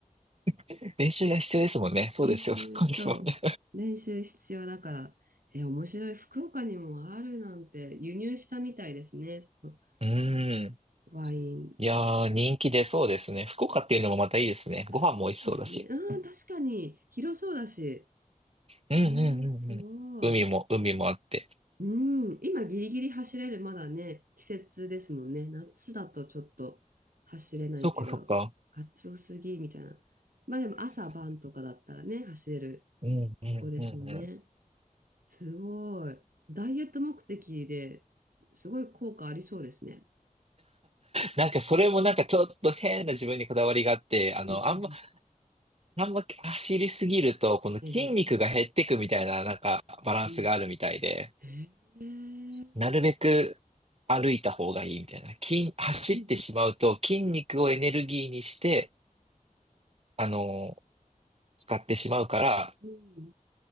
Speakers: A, on the right; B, on the right.
A: ん。練習が必要ですもんね。そうですよ。
B: 練習、
A: そうですもんね。
B: そう。練習必要だから。え、面白い。福岡にもあるなんて輸入したみたいですね。その
A: うん。
B: ワイン。
A: いやー、人気出そうですね。福岡っていうのもまたいいですね。
B: あ、
A: ご飯も美味しそうだし。
B: いいですね。あー、確かに広そうだし。
A: うんうんうんうん。
B: おー、すごい。
A: 海も、海もあって。
B: うん、今ギリギリ走れる、まだね、季節ですもんね。夏だとちょっと走れないけど、
A: そっかそっか。
B: 暑すぎみたいな。まあでも朝晩とかだったらね、走れる
A: うんうんうんうん。
B: 気候ですもんね。すごい。ダイエット目的ですごい効果ありそうですね。
A: なんかそれもなんかちょっと変な自分にこだわりがあって、あの、
B: うんうん
A: あんま、あんま走りすぎると、この筋肉が減ってくみたいな、
B: うん。ええ。
A: なんかバランスがあるみたいで、
B: うん。ええ。
A: なるべく歩いた方がいいみたいな。筋、走ってしまうと筋肉をエネルギーにして、
B: うんうん
A: あの、使ってしまうから、
B: うんうん